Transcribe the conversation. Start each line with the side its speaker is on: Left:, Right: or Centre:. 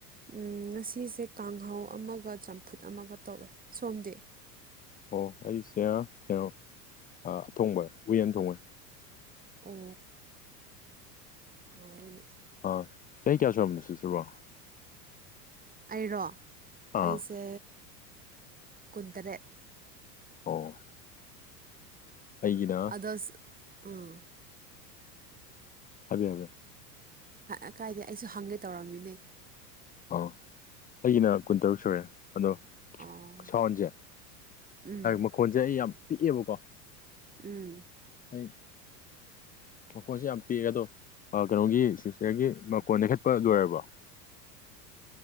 Right: ꯎꯝ ꯉꯁꯤꯁꯦ ꯀꯥꯡꯍꯧ ꯑꯃꯒ ꯆꯝꯐꯨꯠ ꯑꯃꯒ ꯇꯧꯋꯦ ꯁꯣꯝꯗꯤ
Left: ꯑꯣ ꯑꯩꯁꯦ ꯀꯩꯅꯣ ꯑꯊꯣꯡꯕ ꯍꯨꯌꯦꯟ ꯊꯣꯡꯕꯣꯏ
Right: ꯑꯣ ꯍꯣꯏꯅꯦ
Left: ꯑꯥ ꯆꯍꯤ ꯀꯌꯥ ꯁꯨꯝꯕꯅꯣ ꯁꯤꯠꯇ꯭ꯔꯤꯕꯣ
Right: ꯑꯩꯔꯣ
Left: ꯑꯥ
Right: ꯑꯩꯁꯦ ꯀꯨꯟꯇꯔꯦꯠ
Left: ꯑꯣ ꯑꯩꯩꯒꯤꯗ
Right: ꯑꯗꯁ ꯑꯥ
Left: ꯍꯥꯏꯕꯤ ꯍꯥꯏꯝꯌ
Right: ꯑ ꯀꯥꯏꯗꯦ ꯑꯩꯁꯨ ꯍꯪꯒꯦ ꯇꯧꯔꯝꯃꯤꯅꯦ
Left: ꯑꯥ ꯑꯩꯒꯤꯅ ꯀꯨꯟꯇꯔꯨꯛ ꯁꯨꯔꯦ ꯑꯗꯣ
Right: ꯑꯣ
Left: ꯁꯥꯎꯟꯁꯦ
Right: ꯎꯝ
Left: ꯃꯈꯣꯟꯁꯦ ꯑꯩ ꯌꯥꯝ ꯄꯤꯛꯑꯦꯕꯀꯣ
Right: ꯎꯝ
Left: ꯍ ꯃꯀꯣꯟꯁꯦ ꯌꯥꯝ ꯄꯤꯛꯑꯦ ꯑꯗꯣ ꯀꯩꯅꯣꯒꯤ ꯁꯤꯁꯇꯔꯒꯤ ꯃꯀꯣꯟꯗ ꯈꯦꯠꯄ ꯂꯣꯏꯔꯕ꯭ꯔꯣ